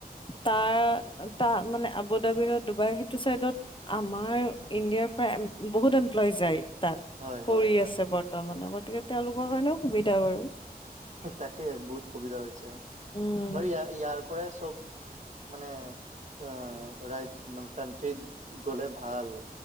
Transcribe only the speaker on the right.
হয়
হয় হয়
তাকে বহুত সুবিধা হৈছে।
বাৰু ইয় ইয়াৰ পৰাই চব মানে আহ ৰাই মানে কানট্ৰিত গলে ভাল।